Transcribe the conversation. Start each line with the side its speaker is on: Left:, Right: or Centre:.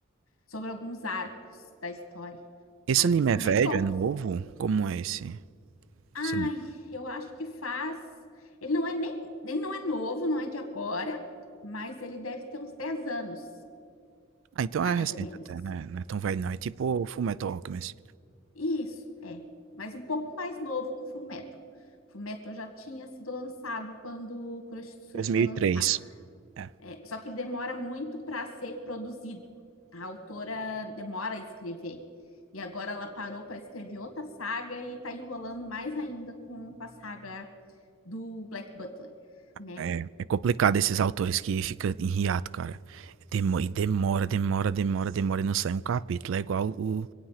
Left: sobre alguns arcos da história.
Right: Esse
Left: Aí
Right: anime
Left: são
Right: é velho?
Left: bem bons.
Right: É novo? Como é esse,
Left: Ai,
Right: esse anime?
Left: eu acho que faz, ele não é nem, ele não é novo, não é de agora, mas ele deve ter uns 10 anos,
Right: Ah, então
Left: mais
Right: é recente
Left: ou menos
Right: até,
Left: assim.
Right: né? Não é tão velho não. É tipo Fullmetal Alchemist.
Left: Isso, é. Mas um pouco mais novo que o Fullmetal. O Fullmetal já tinha sido lançado quando o Kuroshitsuji
Right: 2003.
Left: foi lançado.
Right: É.
Left: É, só que ele demora muito para ser produzido. A autora demora a escrever. E agora ela parou para escrever outra saga e está enrolando mais ainda com a saga do Black Butler, né?
Right: É, é complicado esses autores que fica em hiato, cara. Demo- e demora, demora, demora, demora e não sai um capítulo. É igual o,